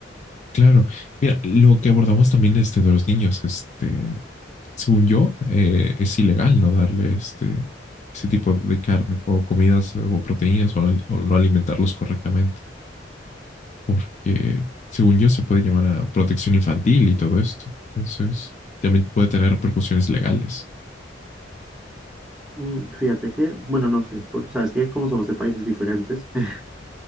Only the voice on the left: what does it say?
Claro. Mira, lo que abordamos también este, de los niños, este, según yo, eh, es ilegal no darle este, ese tipo de carne o comidas o proteínas o no, o no alimentarlos correctamente, porque según yo se puede llamar a protección infantil y todo esto. Entonces, también puede tener repercusiones legales.